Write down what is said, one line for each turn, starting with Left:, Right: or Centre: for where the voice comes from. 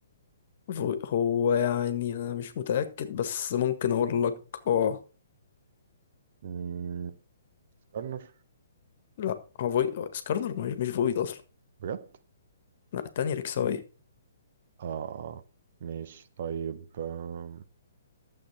Left: فو- هو يعني انا مش متأكد بس ممكن اقول لك اه
Right: مم. سكارنر
Left: لا هو فويد سكارنر مش مش فويد اصلا
Right: بجد
Left: لا التانية ركساوي
Right: آه آه، ماشي طيب آه.